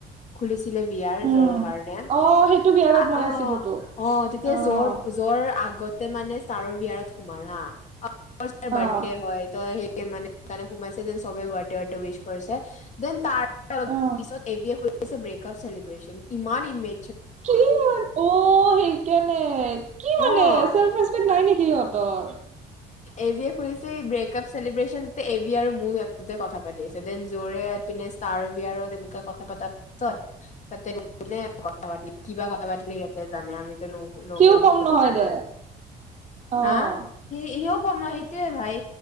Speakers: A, on the left; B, on the right.
A: খুলিছ ছিলে বিয়াৰ
B: উম।
A: জ'ৰৰ কাৰণে
B: অ', সেইটো বিয়াৰত
A: আ,
B: মই
A: অ',
B: আছিলোতো
A: অ' তেতিয়া
B: অ',
A: জ'ৰ, জ'ৰ আগ গতে মানে ষ্টাৰৰ বিয়াত সোমাল হা। অফক'চ
B: অ',
A: বাৰ্থডে হয়। ত' হেয়ে মানে হেকাণে সোমাইছে দেন চব বাৰ্থডে বাৰ্থডে উইচ কৰিছে দেন তাৰ অলপ
B: অ'।
A: পিছত এবিয়ে খুলিছে ব্ৰেকআপ চেলিব্ৰেশন ইমান ইমে
B: কি মান, অ' সেকানে কি মানে
A: অ',
B: চেলফৰেষ্পেক নাই নেকি? সিহঁতৰ।
A: এবিয়ে সুধিছে এই ব্ৰেক আপ চেলিব্ৰেচন তে এবি আৰু মোৰ সিহঁত দুটাই কথা পাতি আছে দেন জ'ৰে এপিনে ষ্টৰা বিয়াৰত এনেকা কথা পতা ছত তাতে কোনে কথা পাতিল কিবা কথা পাতিল সিহঁতে জানে আমি ন' নগ'লো
B: সিও কম নহয়
A: নোসোমালোও
B: দে অ',
A: হা' সিও কম নহয় সেইটোৱে ভাই